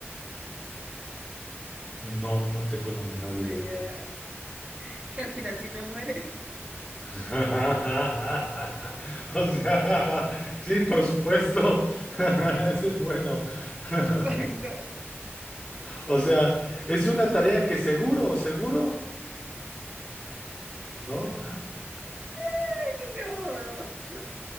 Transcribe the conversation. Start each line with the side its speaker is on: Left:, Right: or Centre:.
Centre: No, no tengo la menor
Right: no
Centre: idea.
Right: hay ideas. Que al final sí te mueres.
Centre: <laughs> O sea, sí, por supuesto. <laughs> Ese es bueno. <laughs>
Right: <laughs> Exacto.
Centre: O, o sea, es una tarea que seguro, seguro, ¿no?
Right: Ay No.